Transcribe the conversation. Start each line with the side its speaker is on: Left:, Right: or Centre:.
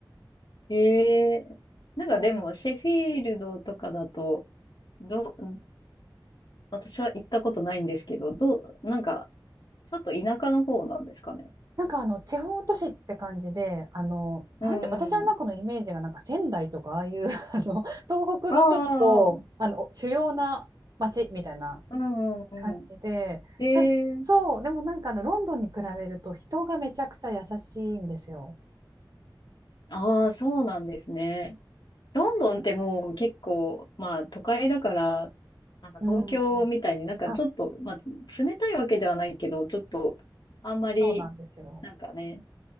Left: ええなんかでも、
Right: そう
Left: シェフィールドとかだと、ど、私は行ったことないんですけど、どう、なんか、ちょっと田舎の方なんですかね。
Right: なんかあの地方都市って感じで、あのなんて私の中のイメージがなんか仙台とかああいう
Left: うん。
Right: <laughs> あの東北のちょっとあの主要な町みたいな
Left: ああ、うんうんうん。
Right: 感じで、
Left: へえ。
Right: たそう、でもなんかあのロンドンに比べると人がめちゃくちゃ優しいんですよ。
Left: ああ、そうなんですね。ロンドンってもう結構、まあ都会だから、なんか東京みたいになんかちょっと、
Right: うん。あ、
Left: まあ冷たいわけではないけど、ちょっとあんまり、
Right: そうなんですよ。
Left: なんかね、